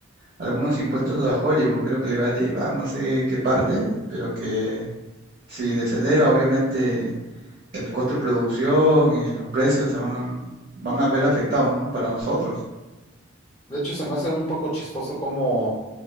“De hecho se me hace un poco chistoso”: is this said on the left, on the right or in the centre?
Left